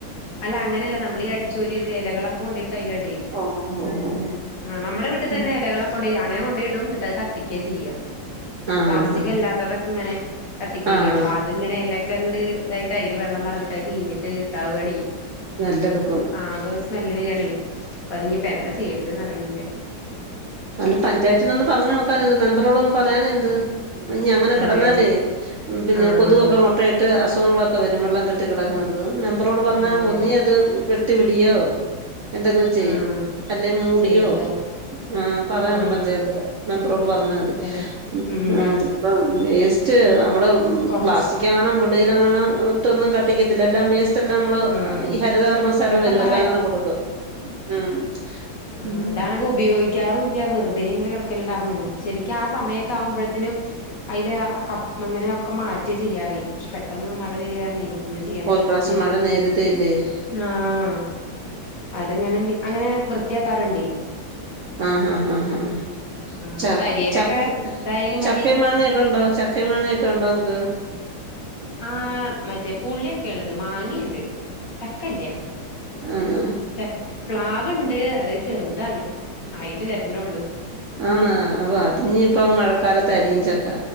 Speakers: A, on the left; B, on the right.
A: അല്ല അങ്ങനെയല്ല നമ്മളീഈ അടിച്ചുപരിയ ഇലകളൊക്കെ കൊണ്ടോയിട്ട്അയ്ലട
B: ഓ ഓ ഓ
A: ആഹ് നമ്മ വീട്ടിൽ തന്നെ
B: ഓ
A: ഇലകളെ കൊണ്ട് അങ്ങനെ കൊണ്ടു ഇടും ഇങ്ങട്ട് അത് കത്തിക്ക ചെയ്യ-
B: ആഹ്
A: പ്ലാസ്റ്റിക്
B: ആഹ് ആഹ്
A: അല്ലാത്തതൊക്കെ ഇങ്ങനെ കത്തിക്ക ചെയ്യ
B: ആഹ്
A: അപ്പ അത് ഇങ്ങനെ എലക്കെങ്ങ്ട് ഇതായിട്ട് അയ്ല് വെള്ളം നറഞ്ഞിട്ട് അത് ചീനീട്ട് ഇതാവാണെ
B: നല്ലതും-
A: ആഹ് അത്. സ്മെല്ല് വരിയാണി അപ്പൊ അത്പ്പ എന്താ ചെയ്യണ്ടറിയില്ല.
B: അല്ല പഞ്ചായത്തിനൊന്ന് പറഞ്ഞു നോക്കാനുണ്ട് മെമ്പറോട ഒന്ന് പറയാനു എന്ത്? ഇനി അങ്ങനെ കിടന്നാലേ
A: അതെ
B: പിന്നെ
A: ആഹ്
B: കൊതുകൊക്കെ മുട്ടയിട്ട് അസുഖങ്ങളൊക്കെ വരും വെള്ളം കി <unintelligible> മെമ്പറോട് പറഞ്ഞാ
A: അങ്ങനെ
B: ഒന്നി അത് വെട്ടി വിടിയോ എന്തെങ്കിലും ചെയ്യ്അല്ലെ
A: ആഹ്
B: മൂടിയോ-
A: ചെയ്യൂലേ
B: ആഹ് പറയണം
A: ആഹ്
B: പഞ്ചായത്ത് മെമ്പറോട് പറഞ്ഞാൽ മതി
A: അല്ലെ ഉം
B: ആഹ് ഇ വേസ്റ്റ് നമ്മള്
A: കൊറച്ച്
B: പ്ലാസ്റ്റിക് <unintelligible> വെളിയിൽ കത്തികത്തില്ല എല്ലാം വസ് ല്ലാം നമ്മള്
A: ആഹ്
B: ഈ ഹരിതകർമ്മ സേന
A: അതൊക്കെ
B: വരുല്ലാം
A: ഇപ്പ
B: അങ്ങനെ കൊടുക്കും ഉം.
A: ആഹ്
B: ഉം
A: അതാണെങ്കി ഉപയോഗിക്കാറുമില്ല. വെറുതെ ഇങ്ങനെ കിക്കലുണ്ടായിന്ന് ശരിക്കും ആഹ് സമയൊക്കെ ആകുമ്പോ ത്തിനും അതിൽ ക അങ്ങനെയൊക്കെ മാറ്റിയ ചെയ്യാറ പക്ഷെ പെട്ടെന്ന് മഴ വരി ഒന്നും ചെയ്യാനും
B: ഓ ഇപ്രാവശ്യം
A: പറ്റില്ല.
B: <unintelligible>
A: ആഹ് അതിങ്ങനെ അങ്ങനെ വൃത്തിയാക്കാറുണ്ടെ
B: ആഹ് ഹഹ ഹഹ് ച
A: ഒക്കെ കരിയേലൊക്കെ
B: ചക്ക
A: ഇതായാലും
B: ചക്ക
A: മതി
B: മാങ്ങൊക്കെ ഉണ്ടോ ചക്ക മാങ്ങയൊക്കെ ഉണ്ടോ നിങ്ങക്ക്?
A: ആഹ് മറ്റേ പുള്ളിയൊക്കെ ഉള്ളത് മാങ്ങയുണ്ട് ചക്കല്ല.
B: ആഹ്
A: ച പ്ലാവ്ണ്ട് അത് ചെറുതാണ് ആയിട്ട് വരണേള്ളു.
B: ആണ അത് ഇപ്പ മഴക്കാലത്തായിരിക്കും ചക്ക